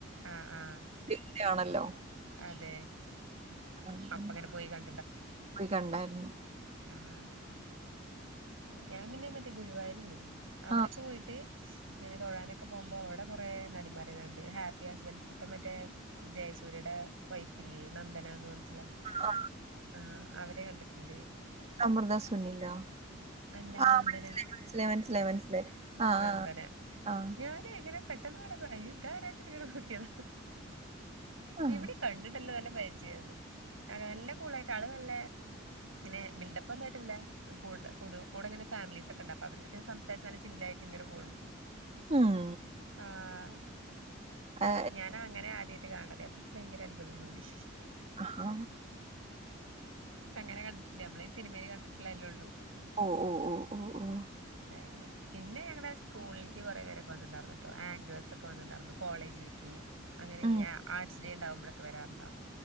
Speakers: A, on the right; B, on the right.
A: ആഹ് ആഹ്
B: <unintelligible> ആണല്ലോ
A: അതെ
B: അങ്ങനെ
A: അപ്പങ്ങനെ പോയി കൺ
B: പോയി കണ്ടായിരുന്നു.
A: ആഹ് ഞാൻ പിന്നെ മറ്റേ ഗുരുവായൂരില്ലേ അവിടെ
B: ആ
A: ഒക്കെ പോയിട്ട്. അങ്ങനെ തൊഴാനൊക്കെ പോകുമ്പോ അവിടെ കൊറെ നടിമാരെ കണ്ട്, ഹാപ്പി ഹുസ്ബൻഡ്സിന്റെ മറ്റേ ജയസൂര്യയുടെ വൈഫ്‌ ഇല്ലേ. ധന എന്ന് പറഞ്ഞിട്ട് ഉള്ള
B: ആ
A: ആഹ് അവരെ കണ്ടു. ഉണ്ട്
B: സമൃത സുനിലോ,
A: അല്ല
B: ആഹ്
A: നന്ദന
B: മനസിലായി മനസിലായി മനസിലായി മനസിലായി ആഹ്
A: നന്ദന
B: ആഹ് ആഹ്.
A: ഞാന് ഇങ്ങനെ പെട്ടെന്ന് വേണേൽ പറയാം, ഇതാരാ ചെറുക്കനെ നോക്കിയതാ.
B: ആ
A: എവിടെയോ കണ്ടിട്ടില്ലല്ലോ? ബജി അത്, നല്ല കൂൾ ആയിട്ട് ആള് നല്ല. പിന്നെ ബിൽഡപ്പ് ഒന്നായിട്ടിയല്ല കൂടുതൽ കൂടെ കൂടെ ഇങ്ങനെ ഫാമിലീസ് ഒക്കെ ഉണ്ട്, അപ്പൊ അവരുടെ എടുത്ത് സംസാരിച്ച് അങ്ങനെ ചില്ലായിട്ട് ഇങ്ങനെ പോവുണ്ട്,
B: ഉം
A: ആഹ്. അല്ല
B: ഏ,
A: ഞാൻ അങ്ങനെ ആദ്യം ആയിട്ട്. കാണത്തെ എനിക്ക് ഭയങ്കര അത്ഭുതം തോന്നി
B: ആഹാ
A: അങ്ങനെ കണ്ട് ഇല്ല നമ്മള് ഈ സിനിമയിൽ കണ്ടിട്ടില്ലേയെള്ളു
B: ഓ ഓ ഓ ഓ ഓ
A: അങ്ങനെ പിന്നെ ഞങ്ങടെ സ്കൂളിലേക്ക് കുറെപേരൊക്കെ വന്നിട്ടുണ്ടാരുന്നു കേട്ടോ ആങ്കേഴ്സ് ഒക്കെ വന്നിട്ടു ണ്ടായിരുന്നു കോളേജിലേക്ക് അങ്ങനെ
B: ഉം
A: ഈ ആർട്സ് ഡേ ഉണ്ടാവുമ്പോഴൊക്കെ വരാറുണ്ട്